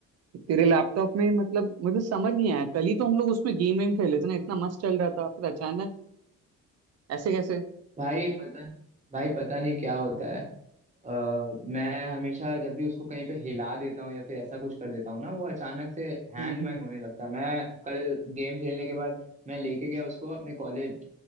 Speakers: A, on the right; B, on the right.
A: तेरे लैपटॉप में मतलब मुझे समझ नहीं आया कल ही तो हम लोग उसमें गेम वेम खेले थे ना इतना मस्त चल रहा था फिर अचानक ऐसे कैसे
B: भाई पता भाई पता नहीं क्या होता है अ, मैं हमेशा जब भी उसको कहीं पे हिला देता हूँ या फिर ऐसा कुछ कर देता हूँ ना वो अचानक से हैंग
A: हम्म हम्म
B: वैंग होने लगता है मैं कल गेम खेलने के बाद मैं लेके गया उसको अपने कॉलेज